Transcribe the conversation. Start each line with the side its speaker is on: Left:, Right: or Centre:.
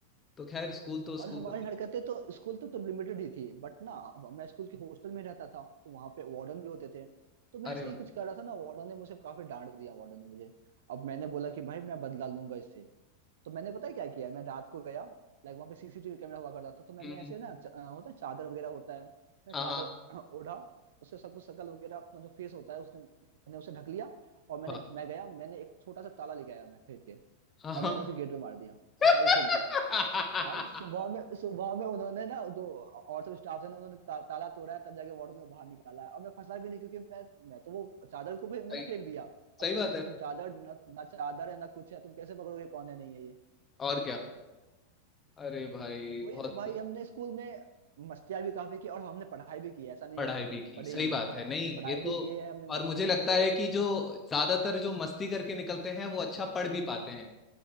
Left: तो खैर स्कूल तो स्कूल
Right: और हमारी हरकतें तो स्कूल तक तो, तो लिमिटेड ही थी बट ना अब मैं स्कूल के हॉस्टल में रहता था तो वहाँ पे वार्डन भी होते थे तो मैं
Left: अरे
Right: ऐसे
Left: वाह
Right: ही कुछ कर रहा था ना वार्डन ने मुझे काफी डांट दिया वार्डन ने मुझे अब मैंने बोला कि भाई मैं बदला लूंगा इससे तो मैंने पता है क्या किया मैं रात को गया लाइक वहां पे सीसीटीवी कैमरा हुआ करता था तो मैंने
Left: हम्म,
Right: ऐसे ना च- अ, होता है चादर वगैरह होता है मैं
Left: हाँ
Right: चादर
Left: हाँ
Right: <clears throat> ओढ़ा उससे सब कुछ शकल वगैरह अपना जो फेस होता है उसने मैंने उसे ढक लिया और मैंने
Left: वाह
Right: मैं गया मैंने एक छोटा सा ताला लेके आया मैं खरीद के
Left: हाँ
Right: और
Left: हाँ
Right: मैंने उसे गेट पे मार दिया
Left: <laughs>
Right: और चाबी फेंक दी भाई सुबह में सुबह में उन्होंने ना जो और सब स्टाफ थे ना उन्होंने ता, ताला तोड़ा है तब जाके वार्डन को बाहर निकाला है और मैं फंसा भी नहीं क्योंकि मैं मैं तो वो चादर को भी मैंने
Left: सही
Right: फेंक दिया
Left: सही
Right: अब चादर
Left: बात है
Right: तुम चादर ना, ना चादर है ना कुछ है तुम कैसे पकड़ोगे कौन है नहीं है ये
Left: और क्या अरे भाई
Right: वही
Left: बहुत
Right: ना भाई हमने स्कूल में मस्तियाँ भी काफी की और हमने पढ़ाई भी की है ऐसा नहीं
Left: पढ़ाई
Right: है हमने
Left: भी
Right: हम
Left: की
Right: पढ़े
Left: सही
Right: ही नहीं
Left: बात
Right: हम पढ़ा,
Left: है नहीं
Right: हमने पढ़ाई
Left: ये तो
Right: भी की है हमने
Left: और
Right: मस्ती
Left: मुझे
Right: भी
Left: लगता
Right: की है
Left: है कि जो ज्यादातर जो मस्ती करके निकलते हैं वो अच्छा पढ़ भी पाते हैं